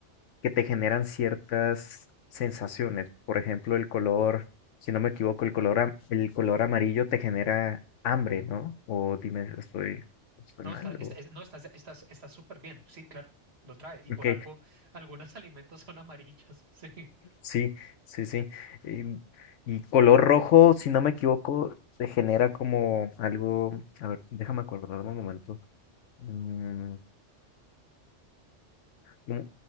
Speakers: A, on the left (about 85°); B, on the right (about 60°).
A: que te generan ciertas sensaciones. Por ejemplo, el color, si no me equivoco, el color, am- el color amarillo te genera hambre, ¿no? O dime, estoy, estoy
B: No,
A: mal
B: está, es-
A: o...
B: es- no, estás, estás, estás súper bien. Sí, claro, lo trae. Y por
A: Ok,
B: algo, algunos <laughs> alimentos son amarillos. <laughs>
A: sí, sí, sí. Em, Y, color rojo, si no me equivoco, se genera como algo. A ver, déjame acordar un momento. Mm, como-